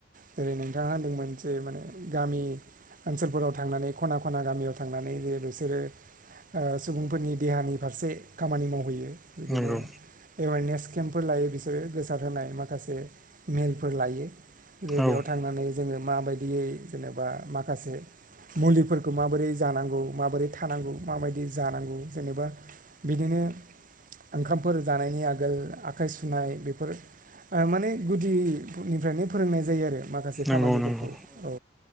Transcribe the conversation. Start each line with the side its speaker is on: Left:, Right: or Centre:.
Right: जेरै नोंथाङा होनदोंमोन जे माने गामि ओनसोलफोराव थांनानै खना खना गामियाव थांनानै जेरै बिसोरो ओ सुबुंफोरनि देहानि फारसे खामानि मावहैयो बिदिनो
Centre: नंगौ
Right: एवेरनेस केम्पफोर लायो बिसोरो गोसार होनाय माखासे मेलफोर लायो। जे बेयाव
Centre: औ
Right: थांनानै जोंङो माबायदियै जेनेबा माखासे मुलिफोरखौ माबोरै जानांगौ माबोरै थानांगौ माबायदि जानांगौ जेनेबा बिदिनो ओंखामफोर जानायनि आगोल आखाइ सुनाय बेफोर माने गुदिनिफ्रायनो फोरोंनाय जायो आरो माखासे
Centre: नंगौ
Right: खामानिफोरखौ
Centre: नंगौ
Right: औ।